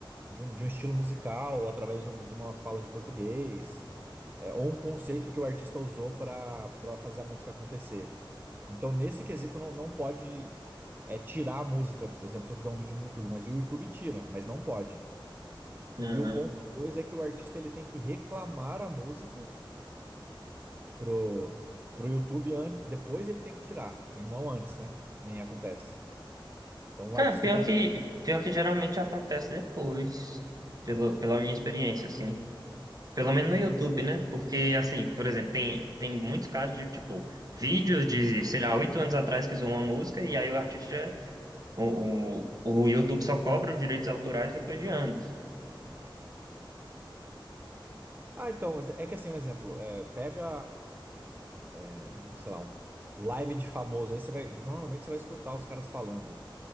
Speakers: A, on the right; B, on the right.
A: de um, de um estilo musical, através de, um- de uma fala de português é, ou um conceito que o artista usou para para fazer a música acontecer. Então, nesse quesito, não, não pode é, tirar a música. Por exemplo, se eu fizer um vídeo no YouTube, mas o YouTube tira, mas não pode.
B: Uhum.
A: E o ponto dois é que o artista ele tem que reclamar a música pro, pro YouTube, an- depois ele tem que tirar, e não antes, né? Que nem acontece. Então
B: Cara,
A: o artista
B: pior
A: tem
B: que,
A: que.
B: pior que geralmente acontece depois, pelo, pela minha experiência, assim. Pelo menos no YouTube, né? Porque, assim, por exemplo, tem, tem muitos casos de, tipo, vídeos de, sei lá, oito anos atrás que usou uma música e aí o artista O, o, o YouTube só cobra os direitos autorais depois de anos.
A: Ah, então, mas é que assim, um exemplo, é, pega, é, sei lá, um live de famoso, aí você vai. Normalmente você vai escutar os caras falando.